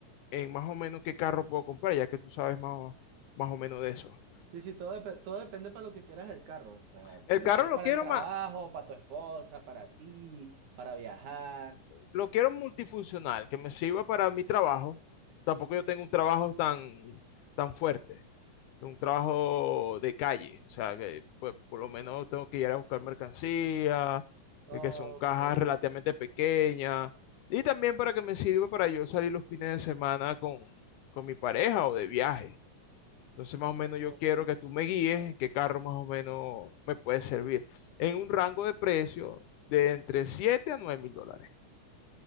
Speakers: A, on the left; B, on the right.
A: en más o menos qué carro puedo comprar, ya que tú sabes más, o- más o menos de eso.
B: Sí, sí, todo, depe- todo depende para lo que quieras el carro. O sea,
A: El
B: si lo
A: carro
B: quieres
A: lo
B: para
A: quiero
B: el trabajo,
A: ma-
B: para tu esposa, para ti, para viajar.
A: lo quiero multifuncional, que me sirva para mi trabajo. Tampoco yo tengo un trabajo tan, tan fuerte, un trabajo de calle. O sea, que pues, por lo menos tengo que ir a buscar mercancía,
B: Ok,
A: eh, que son cajas
B: ne-
A: relativamente pequeñas. Y también para que me sirva para yo salir los fines de semana con, con mi pareja o de viaje. Entonces, más o menos
B: no.
A: yo quiero que tú me guíes
B: ok.
A: en qué carro más o menos me puede servir. En un rango de precio de entre siete a nueve mil dólares.